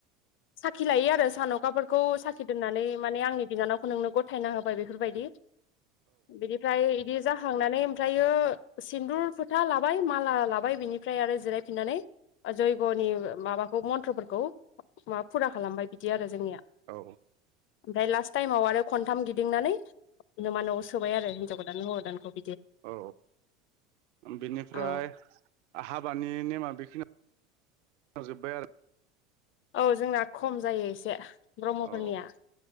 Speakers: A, on the left; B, on the right.
A: ाखि लायो आरो सान'खाफोरखौ साखि दोननानै माने आंनि बिनानाव नोंनो गथायना होबाय बे बेफोरबायदि बिनिफ्राय बिदि जाहांनानै ओमफ्रायो सिन्दुर फोथा लाबाय माला लाबाय बिनिफ्राय आरो जिरायफिननानै जयग'नि माबाखौ मन्थ्रफोरखौ म फुरा खालामबाय बिदि आरो जोंनिया
B: औ
A: ओमफ्राय लास्ट टाइमाव आरो खनथाम गिदिंनानै न मा न'आव सोबाय आरो हिनजावखौ दानोखौ
B: औ बिनिफ्राय
A: औ
B: हाबानि नेमा बेखिनि जोबायार
A: औ जोंना खम जायो एसे ब्रह्मफोरनिया
B: औ